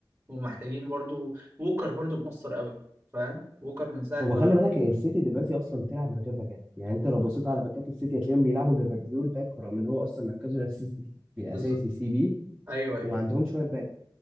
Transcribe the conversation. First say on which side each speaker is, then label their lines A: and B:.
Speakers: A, on the right (about 35°); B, on the right (about 15°).
A: ومحتاجين برضو ووكر برضو مؤثر قوي فاهم؟ ووكر من ساعة
B: هو
A: ما
B: خلي بالك هي السيتي دلوقتي اصلا بتلعب من غير باكات يعني انت لو بصيت على باكات السيتي هتلاقيهم بيلعبوا جافارديول باك رغم ان هو اصلا مركزه الاساسي اساسي
A: بز...
B: سي بي
A: ايوه ايوه
B: وما عندهمش شويه باك